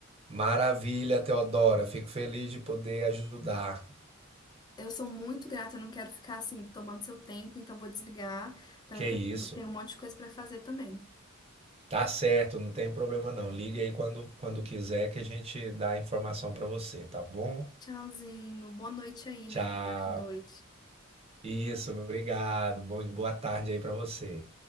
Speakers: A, on the right; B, on the left.
A: Maravilha, Teodora, fico feliz de poder ajudar.
B: Eu sou muito grata, eu não quero ficar, assim, tomando seu tempo, então vou desligar também,
A: Que
B: porque
A: isso?
B: eu tenho tenho um monte de coisa para fazer também.
A: Tá certo, não tem problema não. Ligue aí quando, quando quiser que a gente dá a informação para você, tá bom?
B: Tchauzinho. Boa noite aí,
A: Tchau.
B: né? Que agora é noite.
A: Isso, obrigado. Bom, boa tarde aí para você.